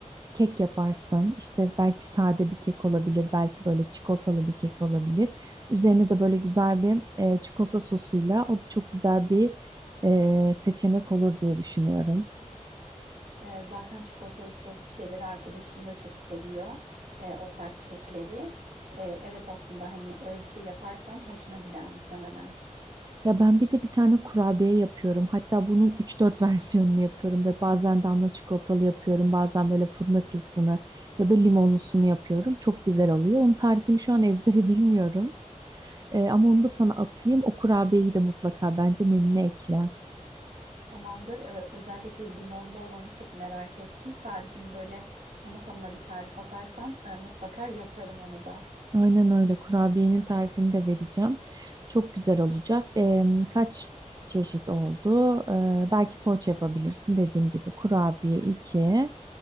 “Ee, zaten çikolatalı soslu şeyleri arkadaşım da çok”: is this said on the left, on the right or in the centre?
Right